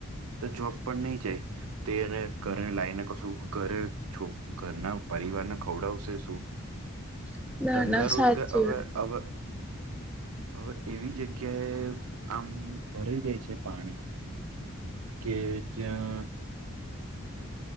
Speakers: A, on the right (about 80°); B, in the centre.
A: તો જોબ પણ નહી જાય તેને ઘરે લાવને કશું ઘરે છો ઘરના પરિવારને ખવડાવશે શું
B: વાત ના
A: ધંધા
B: ના
A: રોજગાર
B: સાચી
A: હવે
B: વાત
A: હવે હવે એવી જગ્યાએ આમ ભરાઈ જાય છે પાણી કે જ્યાં